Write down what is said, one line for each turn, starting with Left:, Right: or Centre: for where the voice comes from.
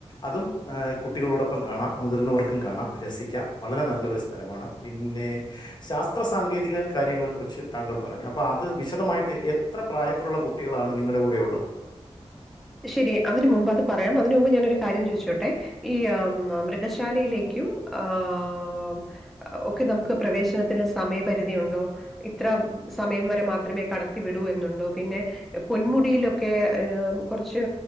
Left: അതും കുട്ടികളോടൊപ്പം കാണാം മുതിർന്നവർക്കും കാണാം രസിക്കാം വളരെ നല്ലൊരു സ്ഥലമാണ് പിന്നെ ശാസ്ത്ര സാങ്കേതിക കാര്യങ്ങളെ കുുറിച്ച് താങ്കൾ പറഞ്ഞു അപ്പൊ അത് വിശദമായിട്ട് എത്ര പ്രായത്തിലുള്ള കുട്ടികളാണ് നിങ്ങളുടെ കൂടെ ഉുള്ളത്
Centre: ശരി അതിന് മുമ്പ് അത് പറയാം അതിന് മുമ്പ് ഞാനൊരു കാര്യം ചോദിച്ചോട്ടെ ഈ ആ മൃഗശാ ശാലയിലേക്കും <unintelligible> ഒക്കെ നമുക്ക് പ്രവേശി ഭക്ഷണത്തിന് സമയപരിധി ഉണ്ടോ ഇത്ര സമയം വരെ മാത്രമേ കടത്തി വിടൂ എന്നുണ്ടോ പിന്നെ പൊന്മുടിയിലൊക്കെ കുറച്ച്